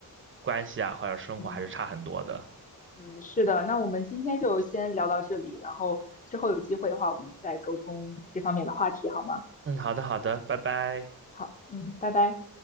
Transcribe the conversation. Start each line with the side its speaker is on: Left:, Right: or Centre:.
Right: 关系啊，或者生活还是差很多的。
Left: 嗯嗯是的，那我们今天就先聊到这里，然后之后有机会的话，我们再沟通这方面的话题，好吗？
Right: 嗯，好的，好的，拜拜。
Left: 好，嗯，拜拜。